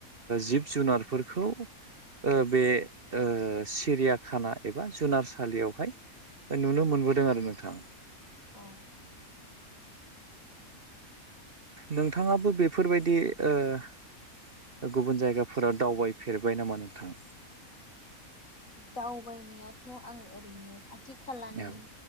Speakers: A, on the right; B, on the left.
A: जिब जुनारफोरखौ ओ बे ओ सिरियाखाना एबा जुनारसालियावहाय नुनो मोनबोदों आरो नोंथां।
B: अ
A: नोंथाङाबो बेफोरबायदि ओ गुबुन जायगाफोराव दावबाय फेरबाय नामा नोंथां?
B: दावबायनायाथ' आं ओरैनो खाथि खाथि खालानि
A: औ